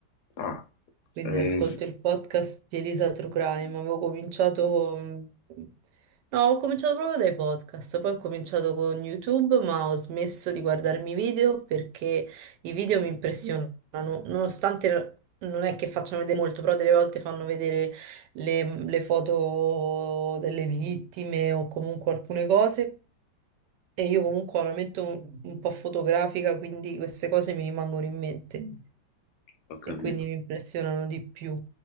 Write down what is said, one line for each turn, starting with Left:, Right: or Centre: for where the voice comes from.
Left: Ah,
Right: quindi
Left: eh,
Right: ascolto il podcast di Elisa True Crime. Avevo cominciato, no, ho cominciato proprio dai podcast, poi ho cominciato con YouTube, ma ho smesso di guardarmi i video perché i video mi impressionano, nonostante non è che facciano vedere molto, però delle volte fanno vedere le, le foto delle vittime o comunque alcune cose. E io comunque ho una mente un, un po' fotografica, quindi queste cose mi rimangono in mente
Left: ho capito.
Right: e quindi mi impressionano di più.